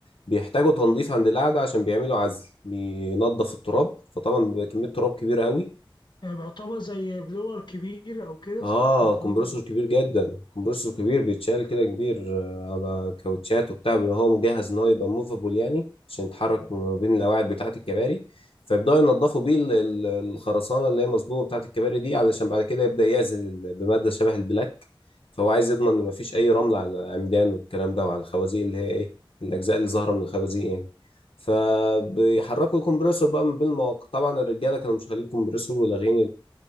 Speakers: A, on the left; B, on the left.
A: بيحتاجوا تنظيف عند القعدة عشان بيعملوا عزل بينظف التراب فطبعا بيبقى كمية تراب كبيرة قوي
B: يعني بيعتبر زي بلور كبير أو كده
A: اه
B: صح؟ بلور
A: كومبرسور كبير جدا كومبرسور كبير بيتشال كده كبير آه، على كاوتشات وبتاع بيبقى هو مجهز ان هو يبقى موفابل يعني عشان يتحرك ما بين القواعد بتاعه الكباري فيبداوا ينضفوا بيه ال- ال- الخرسانه اللي هي مصبوبه بتاعه الكباري دي علشان بعد كده يبدا يعزل ال- بماده شبه البلاك فهو عايز يضمن ان مفيش اي رمل على العمدان والكلام ده وعلى الخوازيق اللي هي ايه الاجزاء اللي ظاهره من الخوازيق يعني فبيحركوا الكمبرسور بقى من بين المواقع طبعا الرجاله كانوا مشغلين الكمبرسور ولاغين